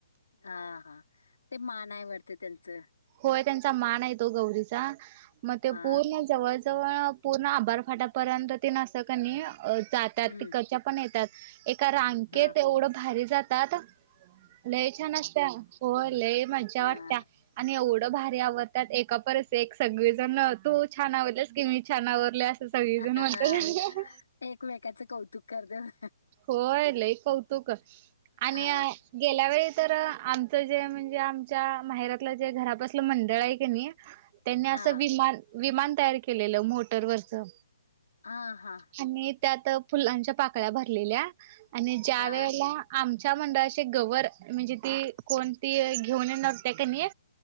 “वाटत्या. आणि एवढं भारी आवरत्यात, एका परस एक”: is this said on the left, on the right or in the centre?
Right